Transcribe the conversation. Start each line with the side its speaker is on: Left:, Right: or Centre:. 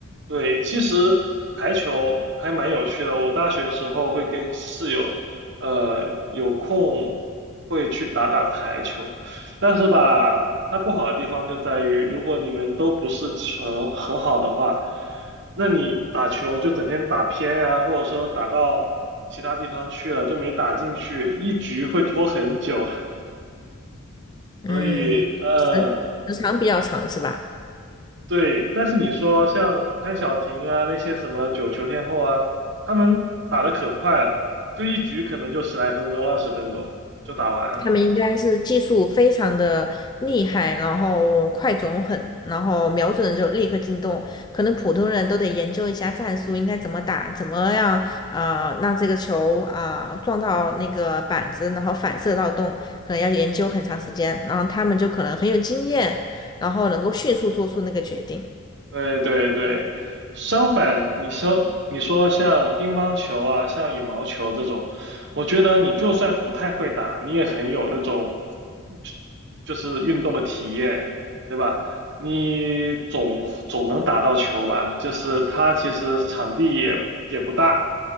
Right: 对，其实台球还蛮有趣的。我大学时候会跟室友，呃，有空会去打打台球，但是吧，它不好的地方就在于，如果你们都不是基础很很好的话，那你打球就整天打偏啊，或者说打到其他地方去了，就没打进去，一局会拖很久。
Left: 嗯，
Right: 所以，嗯、
Left: 时时长比较长是吧？
Right: 对，但是你说像潘晓婷啊，那些什么九球天后啊，他们打的可快了，就一局可能就十来分钟、二十分钟就打完了。
Left: 他们应该是技术非常的厉害，然后快准狠，然后瞄准了就立刻进洞。可能普通人都得研究一下战术，应该怎么打，怎么样啊、呃让这个球啊、呃撞到那个板子，然后反射到洞，可能要研究很长时间。然后他们就可能很有经验，然后能够迅速做出那个决定。
Right: 对对对，相反，你说你说像乒乓球啊，像羽毛球这种，我觉得你就算不太会打，你也很有那种就就是运动的体验，对吧？你总总能打到球吧？就是它其实场地也也不大，